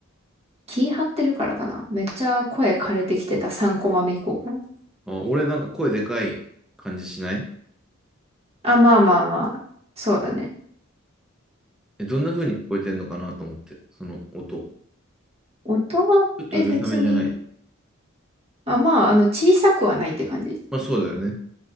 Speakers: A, on the right (about 30°); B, in the centre.
A: 気張ってるからかな。めっちゃ声枯れてきてた3コマ目以降から。
B: あ、俺なんか声でかい感じしない
A: あ、まあまあまあ。そうだね。
B: え、どんな風に聞こえてんのかなと思って、その音。
A: 音は、
B: ちょっとうるさめじゃない。
A: え、別に、あ、まあ、あの、小さくはないって感じ。
B: まあそうだよね。